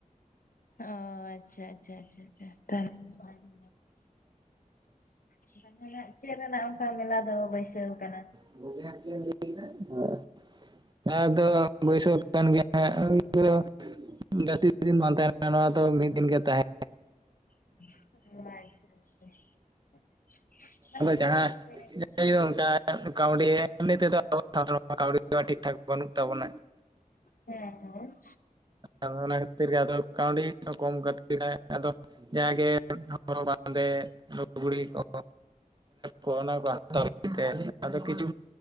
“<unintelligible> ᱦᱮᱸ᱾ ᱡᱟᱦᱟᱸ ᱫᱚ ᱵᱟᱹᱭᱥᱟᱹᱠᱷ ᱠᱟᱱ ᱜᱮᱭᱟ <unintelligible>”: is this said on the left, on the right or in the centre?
Right